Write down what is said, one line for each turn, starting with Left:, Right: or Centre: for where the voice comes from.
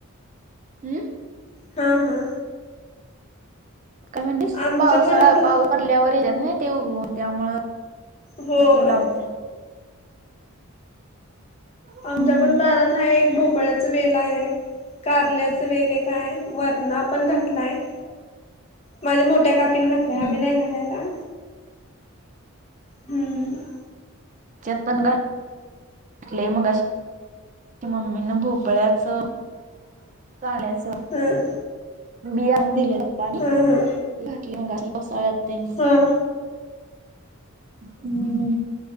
Right: हम्म.
Left: हा हा.
Right: काय म्हणतेस
Left: आमचं
Right: पावसाळा
Left: पण
Right: पाऊस पडल्यावर येतात ना ते उघन त्यामु
Left: होय.
Right: त लावते. हम्म
Left: आमच्या पण दारात हा एक भ पपळ्याच वेल आहे, कारल्याचं वेल आहे, काय वरण आपण घातलाय.
Right: <inaudible>
Left: माझ्या मोठ्या काकीने घातल्याय
Right: हम्म
Left: आम्ही नाही घालायला. हम्म
Right: चोतपन गण कले मग अ मम्मीन भोपळ्याच ल्याच
Left: ह.
Right: बि आण आणून दिलंप्पा
Left: हा हा
Right: मा <unintelligible> पासाळ्या तीन
Left: हा
Right: हम्म